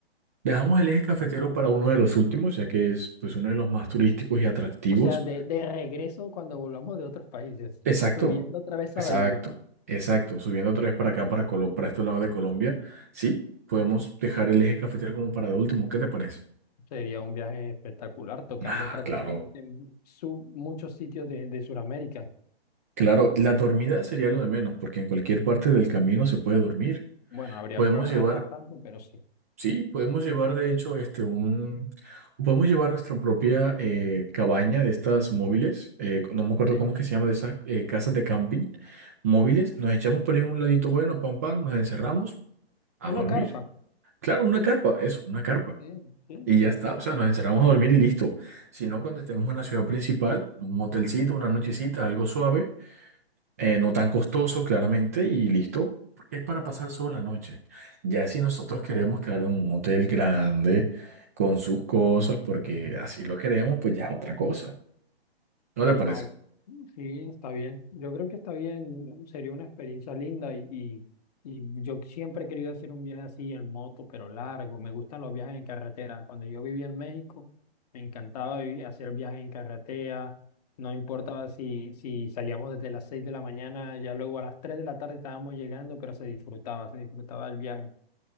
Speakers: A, on the right; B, on the left.
A: Dejamos el eje cafetero para uno de los últimos, ya que es pues uno de los más turísticos y atractivos.
B: O sea, de, de regreso cuando volvamos de otros países,
A: Exacto,
B: subiendo otra vez
A: exacto,
B: a Valledupar,
A: exacto. Subiendo otra vez para acá, para Colombia, para este lado de Colombia, sí, podemos dejar el eje cafetero como para de último. ¿Qué te parece?
B: sería un viaje espectacular, tocando
A: Ah,
B: prácticamente
A: claro,
B: mu- su- muchos sitios de, de Sudamérica.
A: claro. La dormida sería lo de menos, porque en cualquier parte del camino se puede dormir.
B: Bueno, habría
A: Podemos
B: que ahorrar
A: llevar,
B: bastante, pero sí.
A: sí, podemos llevar de hecho este un, podemos llevar nuestra propia eh, cabaña de estas móviles. eh, no me
B: Ok.
A: acuerdo cómo es que se llama de esas eh, casas de camping móviles. Nos echamos por ahí en un ladito bueno, pam pam, nos encerramos a
B: Una
A: dormir.
B: carpa.
A: Claro, una carpa, eso, una carpa.
B: Sí, sí,
A: Y ya está, o sea, nos encerramos a dormir y listo. Si no, cuando estemos en la ciudad principal, un motelcito, una nochecita, algo suave eh, no tan costoso, claramente, y listo, porque es para pasar solo la noche. Ya si nosotros queremos quedar en un hotel grande, con sus cosas, porque así lo queremos, pues ya es otra cosa. ¿No te parece?
B: Ah, bueno, sí, está bien. Yo creo que está bien. Sería una experiencia linda y, y, y yo siempre he querido hacer un viaje así en moto, pero largo. Me gustan los viajes en carretera. Cuando yo vivía en México, me encantaba vivi- hacer viajes en carretera. No importaba si, si salíamos desde las 6 de la mañana, ya luego a las 3 de la tarde estábamos llegando, pero se disfrutaba, se disfrutaba el viaje.